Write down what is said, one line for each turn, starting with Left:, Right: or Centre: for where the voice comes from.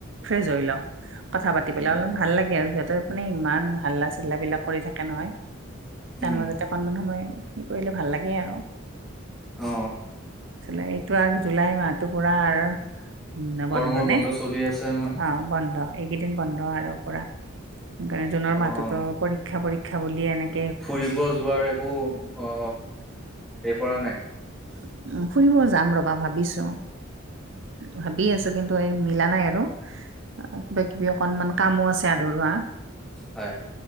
Right: ফ্ৰেছ হৈ লওঁ কথা পাতি
Centre: উম
Right: পেলাই অলপ ভাল লাগে আৰু সিহঁতে মানে ইমান হাল্লা, চিল্লাবিলাক কৰি থাকে নহয় তাৰ
Centre: উম
Right: মাজতে অকণমান সময় কি কৰিলে ভাল লাগে আৰু। <unintelligible>
Centre: অ অ
Right: এইটো আৰু জুলাই মাহটো পুৰা আৰু। উম, বন্ধ
Centre: গৰমৰ
Right: নে
Centre: চলি আছে নহয়
Right: অ, বন্ধ। এইকেইদিন বন্ধ আৰু পুৰা <unintelligible> জুনৰ
Centre: অ
Right: মাহহোতো পৰীক্ষা পৰীক্ষা বুলিয়ে এনে <unintelligible>
Centre: ফুৰিব যোৱাৰ একো অ, এই কৰা নাই।
Right: উ, ফুৰিব যাম ৰবা ভাবিছো। ভাবি আছো কিন্তু এই মিলা নাই আৰু। কিবা, কিবি অকনমান কামো আছে আধৰুৱা।
Centre: হয়।